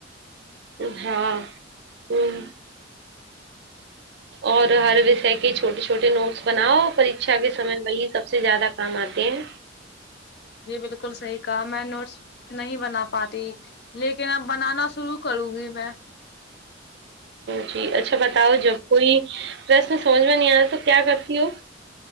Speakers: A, on the right; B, on the left.
A: ہاں ہوں اور ہر وشئے کے چھوٹے چھوٹے نوٹس بناؤ پرکشا کے سمے وہی سب سے زیادہ کام آتے ہیں
B: جی بالکل صحیح کہا میں نوٹس نہیں بنا پاتی لیکن اب بنانا شروع کروں گی میں
A: جی اچھا بتاؤ جب کوئی پرشن سمجھ میں نہیں آیا تو کیا کرتی ہو